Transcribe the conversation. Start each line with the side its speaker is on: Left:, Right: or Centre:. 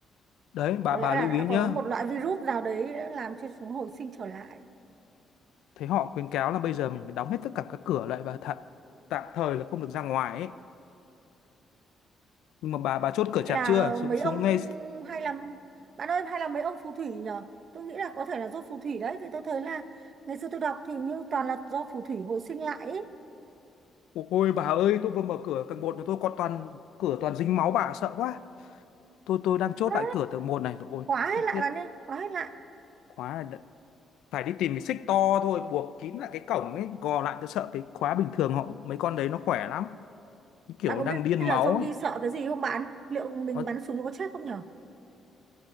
Left: Đấy, bà
Right: có
Left: bà
Right: lẽ là
Left: lưu
Right: đã
Left: ý nhá.
Right: có một loại virus nào đấy đã làm cho chúng hồi sinh trở lại
Left: Thấy họ khuyến cáo là bây giờ mình phải đóng hết tất cả các cửa lại và thật tạm thời là không được ra ngoài ấy. Nhưng mà bà bà chốt
Right: hay
Left: cửa chặt
Right: là
Left: chưa? Xuống
Right: mấy
Left: xuống
Right: ông
Left: ngay.
Right: hay là bạn ơi hay là mấy ông phù thủy nhở tôi nghĩ là có thể là do phù thủy đấy vì tôi thấy là ngày xưa tôi đọc thì như toàn là do phù thủy hồi sinh lại ý.
Left: Ôi bà ơi, tôi vừa mở cửa tầng một này tôi còn toàn cửa toàn dính máu bà sợ quá. Tôi tôi đang chốt
Right: Quá
Left: lại cửa tầng một này. rồi, Ôi,
Right: khóa hết
Left: chết.
Right: lại
Left: chết.
Right: bạn ơi khóa hết lại
Left: Quá là đã- phải đi tìm cái xích to thôi buộc kín lại cái cổng ấy gò lại tôi sợ cái khóa bình thường họ mấy con đấy nó khỏe lắm Những kiểu
Right: bạn có
Left: đang
Right: biết
Left: điên
Right: là
Left: máu
Right: zombie
Left: ấy
Right: sợ cái gì không bạn liệu mình
Left: nó,
Right: bắn súng nó có chết không nhở